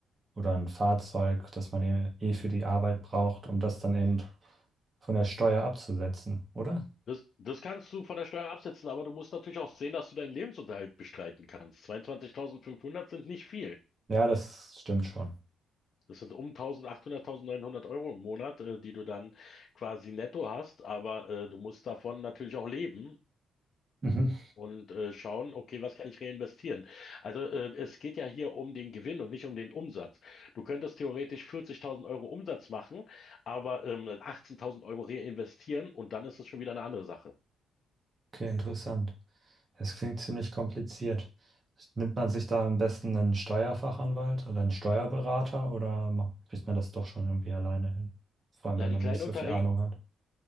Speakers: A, on the right; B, on the left.
A: oder ein Fahrzeug, das man eh, eh für die Arbeit braucht, um das dann eben von der Steuer abzusetzen, oder?
B: Das, das kannst du von der Steuer absetzen, aber du musst natürlich auch sehen, dass du deinen Lebensunterhalt bestreiten kannst. 22.500 sind nicht viel.
A: Ja, das stimmt schon.
B: Das sind um 1.800, 1.900 Euro im Monat, äh, die du dann quasi netto hast, aber äh, du musst davon natürlich auch leben
A: Mhm.
B: und äh, schauen, okay, was kann ich reinvestieren? Also äh, es geht ja hier um den Gewinn und nicht um den Umsatz. Du könntest theoretisch 40.000 Euro Umsatz machen, aber ähm, 18.000 Euro reinvestieren und dann ist es schon wieder eine andere Sache.
A: Okay, interessant. Es klingt ziemlich kompliziert. Nimmt man sich da am besten einen Steuerfachanwalt oder einen Steuerberater oder ma- kriegt man das doch schon irgendwie alleine hin? Vor allem,
B: Na,
A: wenn
B: die
A: man
B: Kleinunterre
A: nicht so viel Ahnung hat.